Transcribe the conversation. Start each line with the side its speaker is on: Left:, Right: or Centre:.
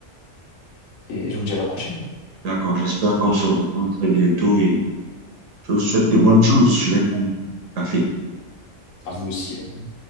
Left: et je vous dis à la prochaine.
Right: D'accord, j'espère qu'on se reprend très bientôt et je vous souhaite de bonnes choses. Je vais prendre une tasse de café.
Left: À vous aussi. hein.